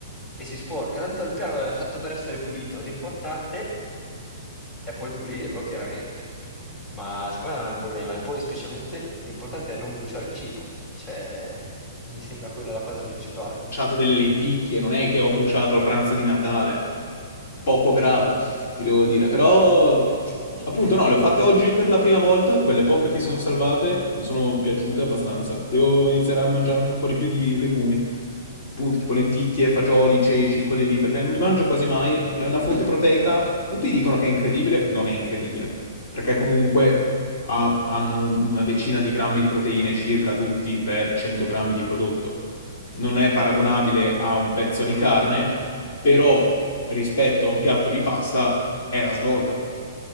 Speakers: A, on the left; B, on the left.
A: e si sporca, tanto il piano è fatto per essere pulito, l'importante è poi pulirlo, chiaramente. Ma secondo me non è un problema. E poi, specialmente, l'importante è non bruciare il cibo. Cioè, mi sembra quella la cosa principale.
B: Ho bruciato delle lenticchie, non è che ho bruciato il pranzo di Natale. Poco grave, ti devo dire. Però, appunto, no, le ho fatte oggi per la prima volta. Quelle poche che si sono salvate mi sono piaciute abbastanza. Devo iniziare a mangiare anche un po' di più di legumi. Appunto, tipo lenticchie, fagioli, ceci, quelli lì, perché non li mangio quasi mai. È una fonte proteica. Tutti dicono che è incredibile. Non è incredibile, perché comunque ha- hanno una decina di grammi di proteine circa tutti per 100 grammi di prodotto non è paragonabile a un pezzo di carne, però rispetto a un piatto di pasta è la svolta.